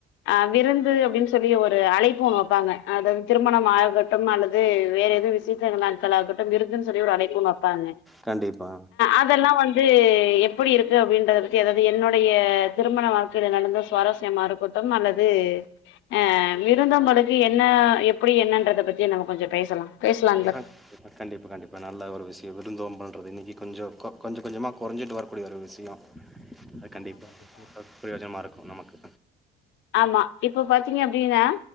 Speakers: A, on the left (about 65°); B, in the centre.
A: ஆ விருந்து அப்டின்னு சொல்லி ஒரு அழைப்பு ஒண்ணு வெப்பாங்க அதாவது திருமணம் ஆகட்டும் அல்லது வேற ஏதுவும் விசே விஷேச நாட்களகாட்டும் விருந்துன்னு சொல்லி ஒரு அழைப்பு ஒன்னு வெப்பாங்க
B: கண்டிப்பா
A: அதெல்லாம் வந்து எப்படி இருக்கு அப்டின்றத பத்தி அதாவது என்னுடைய திருமண வாழ் வாழ்க்கையில நடந்து சுவாரஸ்யமா இருக்கொட்டும் அல்லது அ விருந்தோம்பளுக்கு என்ன எப்படி என்னறத பத்தி நம்ப கொஞ்சோம் பேசலாம் பேசலாம்ல
B: கண்டிப்பா கண்டிப்பா கண்டிப்பா நல்ல ஒரு விஷயோம் விருந்தோம்பல்றது இன்னிக்கி கொஞ்சோம் கொ கொஞ்சம் கொஞ்சமாக குறஞ்சிட்டு வரக்கூடிய ஒரு விஷயோம் அத கண்டிப்பா ப்ரோஜனமா இருக்கும் நமக்கு
A: ஆமா இப்போ பாத்தீங்க அப்டின்னா